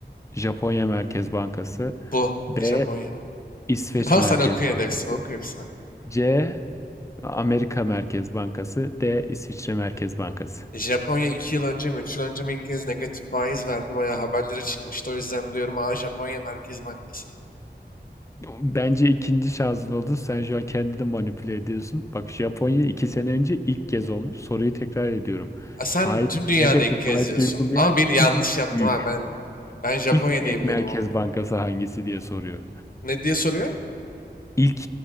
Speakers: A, on the left; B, on the left.
A: Japonya Merkez Bankası
B: Bu
A: B.
B: Japonya.
A: İsveç
B: <laughs> Ama
A: Merkez
B: sen oku yine
A: Bankası
B: de hepsini oku hepsini.
A: C. Amerika Merkez Bankası, D İsviçre Merkez Bankası.
B: Japonya iki yıl önce mi 3 yıl önce mi ilk kez negatif faiz verdi. Bayağı haberlere çıkmıştı. O yüzden biliyorum. Aa Japonya Merkez Bankası.
A: Bence ikinci şansın oldu. Sen şu an kendini manipüle ediyorsun. Bak Japonya iki sene önce ilk kez olmuş. Soruyu tekrar ediyorum.
B: Ha, sen
A: Faiz,
B: tüm dünyada
A: negatif
B: ilk kez
A: faiz
B: diyorsun.
A: uygulayan
B: Ama bir yanlış
A: ilk
B: yaptım
A: büyük,
B: ha. Ben ben Japonya
A: ilk büyük
B: diye biliyordum
A: merkez
B: onu da.
A: bankası hangisi diye soruyor.
B: Ne diye soruyor?
A: İlk